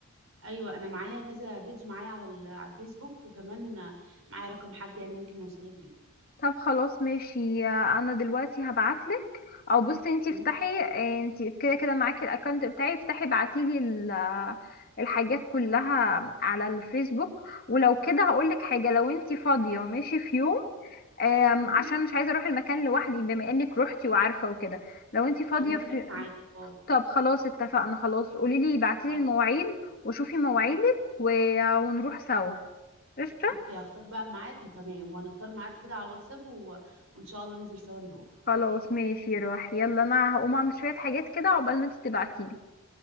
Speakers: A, on the right; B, on the left.
A: ايوه انا معايا كذا بيج معايا على ال- على الفيسبوك وكمان آه، معايا رقم حد يعني ممكن يوصلك بيه
B: طب خلاص ماشي آه، انا دلوقتي هبعتلك او بصي انتي
A: مم؟
B: افتحي آه، انتي كده كده معاكي الاكونت بتاعي افتحي بعتيلي ال- آه، الحاجات كلها على الفيسبوك ولو كده هقولك حاجة لو انتي فاضية ماشي في يوم آم،
A: مم؟
B: عشان مش عايزة اروح المكان لوحدي بما انك روحتي وعارفة وكده لو انتي فاضية
A: انا ممكن
B: في
A: اجي معاكي اه
B: طب خلاص اتفقنا خلاص قوليلي بعتيلي
A: خلاص
B: المواعيد وشوفي مواعيدك و... ونروح سوا قشطة
A: اوكي هختار بقى ميعاد تمام وهنختار ميعاد كده على الواتساب و... وان شاء الله ننزل سوا نروح
B: خلاص ماشي روح يلا انا هقوم اعمل شوية حاجات كده عقبال ما انت تبعتيلي